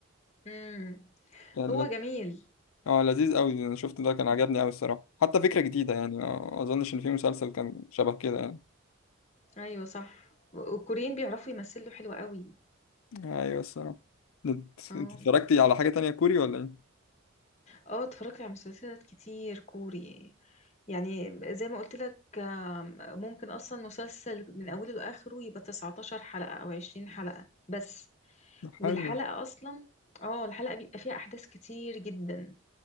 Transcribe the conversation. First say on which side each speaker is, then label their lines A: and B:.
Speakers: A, on the left (about 35°); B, on the left (about 85°).
A: امم
B: كان
A: هو
B: لذ-
A: جميل
B: اه لذيذ قوي انا شفت ده كان عجبني قوي الصراحه حتى فكره جديده يعني آه، ما اظنش ان في مسلسل كان شبه كده يعني
A: ايوه صح والكوريين بيعرفوا يمثلوا حلو قوي
B: ايوه الصراحه انت
A: اه
B: انت اتفرجتي على حاجه تانية كوري ولا ايه
A: اه اتفرجت على مسلسلات كتير كوري يعني زي ما قلت لك آم، ممكن اصلا مسلسل من اوله لاخره يبقى 19 حلقة او 20 حلقة بس
B: ده
A: والحلقة
B: حلو
A: اصلا اه الحلقة بيبقى فيها احداث كتير جدا